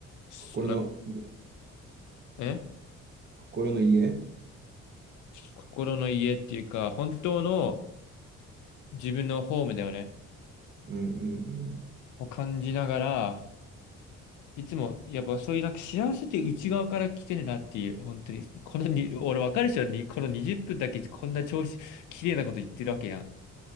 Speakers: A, on the left; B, on the right.
A: その
B: 心の、
A: え
B: 心の家。
A: 心の家っていうか、本当の自分のホームだよね。
B: うん、うん、
A: を感じながら、いつも、やっぱそういうなんか幸せって内側から来てるなっていう、本当に、このに、俺わかるでしょ、にこの20分だけこんな調子、綺麗なこと言ってるわけが。